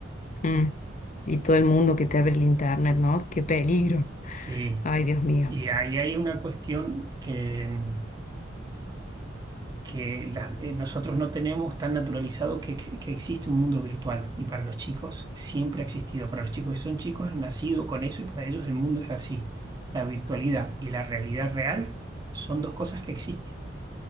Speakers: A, on the left; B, on the right.
A: Mm, Y todo el mundo que te abre el internet, ¿no? Qué peligro.
B: Sí.
A: Ay, Dios mío.
B: Y ahí hay una cuestión que. que la- eh, nosotros no tenemos tan naturalizado que, ex- que existe un mundo virtual. Y para los chicos siempre ha existido. Para los chicos que son chicos han nacido con eso y para ellos el mundo es así. La virtualidad y la realidad real son dos cosas que existen.